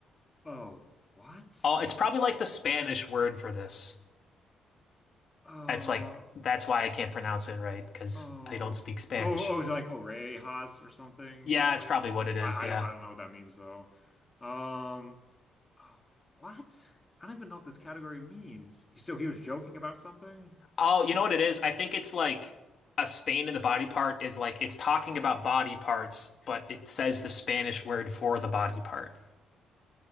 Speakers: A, on the left; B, on the left.
A: Oh, what?
B: Oh, it's probably like the Spanish word for this.
A: Uh,
B: It's like, that's why I can't pronounce it right, because
A: Oh,
B: I don't speak Spanish.
A: oh, oh, is it like Orejas or something,
B: Yeah,
A: probably.
B: it's probably what it is.
A: I,
B: Yeah.
A: I don't, I don't know what that means though. Um, oh, what? I don't even know what this category means. So he was joking about something?
B: Oh, you know what it is? I think it's like a Spain in the body part is like it's talking about body parts, but it says the Spanish word for the body part.